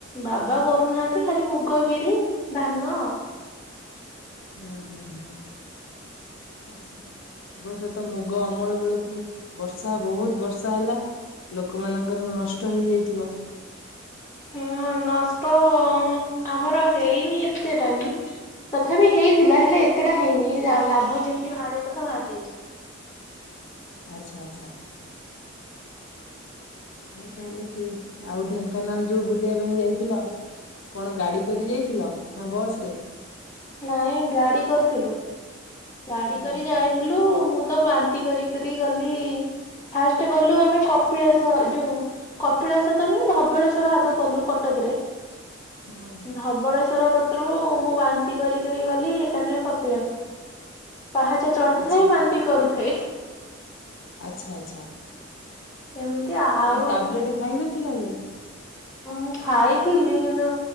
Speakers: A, on the left; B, on the left.
A: ବାବା କରୁନାହାନ୍ତି ଖାଲି ମୁଗ ବିରି। ଧାନ ଆଉ ।
B: ହୁଁ ହୁଁ ହୁଁ ଆଛା ଏବର୍ଷତ ମୁଗ ଅମଳ ବେଳକୁ ବର୍ଷା ବହୁତ ବର୍ଷା ହେଲା ଲୋକମାନାନଙ୍କର ନଷ୍ଟ ହେଇଯାଇଥିବ।
A: ହଁ ନଷ୍ଟ ଆମର ହେଇନି ଏତେଟା ବି ତଥାପି ହେଇଥିଲା ହେଲେ ଏତେଟା ହେଇନି ଲାଭ ଯେମିତି ବାହାରିବା କଥା ବାହାରି ଯାଇଛି।
B: ଆଚଛା ଆଚ୍ଛା। ହଉ ତାହେଲେ ଠିକ ଆଉ ଢେଙ୍କାନାଳ ଯୋଉ ବୁଲିବା ପାଇଁ ଯାଇଥିଲ କଣ ଗାଡି କରି ଯାଇଥିଲ ନା ବସ ରେ
A: ନାଇଁ ଗାଡି କରିଥିଲୁ। ଗାଡି
B: ହୁଁ
A: କରି ଯାଇଥିଲୁ ମୁଁ। ତ ବାନ୍ତି କରିକ ଗଲି ଫାଷ୍ଟ ଗଲୁ ଆମେ କପିଳାସ ଯୋଉ କପିଳାସ ତ ନୁହେଁ ଧବଳେଶ୍ୱଵର ଆଗ ଗଲୁ କଟକରେ
B: ହୁଁ।
A: ଧବଳ ର କତ୍ରରୁୁ ମୁଁ ବାନ୍ତି କରି କରି ଗଲି ଏକାଥରେ କପିଳାସ ପାହାଚା ଚଢୁଥାଏ
B: ଆଚ୍ଛା
A: ବାନ୍ତି କରୁଥାଏ।
B: ଆଚ୍ଛା ଆଚ୍ଛା।
A: ଏମିତି ଆଉ
B: କାଇଁ ଟାବଲେଟ ଖାଇ ନଥିଲ କି। ହ।
A: ଉଁ ଖାଇଥିଲି କିନ୍ତୁ